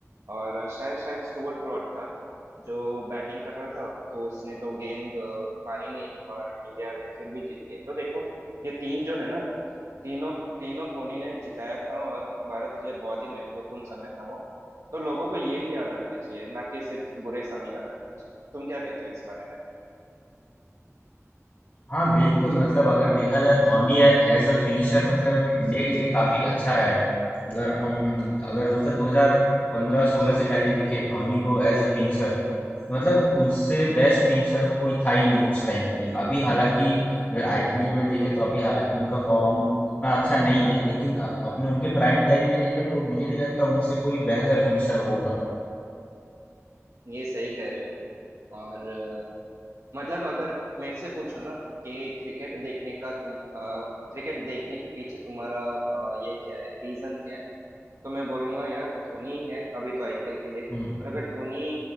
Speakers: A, on the right (about 70°); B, on the left (about 35°).
A: और शायद शायद स्टुअर्ट ब्रॉड था जो बैटिंग कर रहा था तो उसने तो गेंद अ, मारी नहीं और इंडिया वे फिर भी जीत गई तो देखो ये तीन जो है ना तीनों तीनों धोनी ने जिताया था और भारत के लिए बहुत ही महत्वपूर्ण समय था वो तो लोगों को ये भी याद रखना चाहिए ना कि सिर्फ बुरे समय याद रखने चाहिए तुम क्या कहते हो इस बारे में
B: हाँ बिल्कुल मतलब अगर देखा जाए धोनी एज अ फिनिशर मतलब इंडिया के लिए काफी अच्छा रहा है अगर हम अगर मतलब 2015-16 से पहले देखे धोनी को एज अ फिनिशर तो मतलब उनसे बेस्ट फिनिशर कोई था ही नहीं उस टाइम पे अभी हालांकि अगर आईपीएल में देखे तो अभी हालांकि उनका फॉर्म उतना अच्छा नहीं है लेकिन अ- अपने उनके प्राइम टाइम में देखे तो मुझे नहीं लगता उनसे कोई बेहतर फिनिशर होगा
A: ये सही कह रहे हो तुम और अ, मतलब अगर मेरे से पूछो ना कि क्रिकेट देखने का तुम अ, क्रिकेट देखने के पीछे तुम्हारा अ, ये क्या है रीजन क्या है तो मैं बोलूंगा यार धोनी ही है अभी तो आईपीएल के लिए
B: हम्म
A: और अगर धोनी